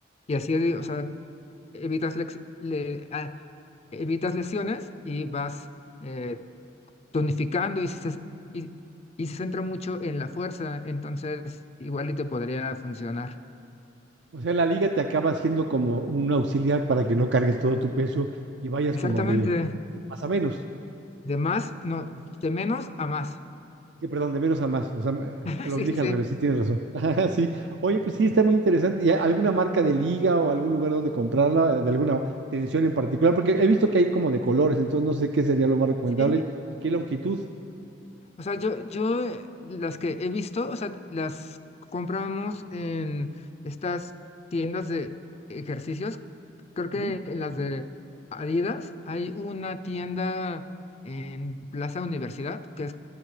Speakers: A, on the left; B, on the right.
A: Y así, o sea, evitas, lex- le- ah, evitas lesiones y vas eh, tonificando y se, y, y se centra mucho en la fuerza, entonces igual y te podría funcionar.
B: O sea, la liga te acaba siendo como un auxiliar para que no cargues todo tu peso y vayas
A: Exactamente,
B: como de más a menos.
A: de más, no, de menos a más.
B: Que, perdón, de menos a más. O sea,
A: <laughs>
B: lo
A: Sí,
B: que dije
A: sí, sí,
B: al revés, sí tienes razón. <laughs> Ajá, sí. Oye, pues sí, está muy interesante. ¿Y alguna marca de liga o algún lugar donde comprarla, de alguna tensión en particular? Porque he visto que hay como de colores, entonces no sé qué sería lo más recomendable
A: sí,
B: y qué longitud.
A: O sea, yo, yo eh, las que he visto, o sea, las compramos en estas tiendas de ejercicios. Creo que
B: Ujú.
A: en las de Adidas hay una tienda en Plaza Universidad, que es